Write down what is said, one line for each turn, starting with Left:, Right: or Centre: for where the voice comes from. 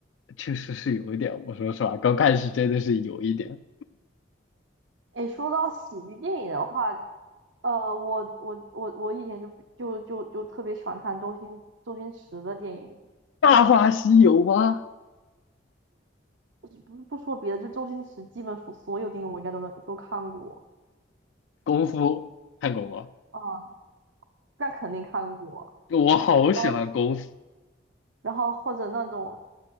Left: 确实是有一点。我说实话，刚开始真的是有一点。
Right: 诶，说到喜剧电影的话，呃，我我我我以前就就就就特别喜欢看周星周星驰的电影。
Left: 《大话西游》吗？
Right: 不是是不不说别的，就周星驰基本所所有电影我应该都能都看过，
Left: 功夫看过吗？
Right: 啊、那肯定看过。
Left: 我好喜欢功夫
Right: 然后然后或者那种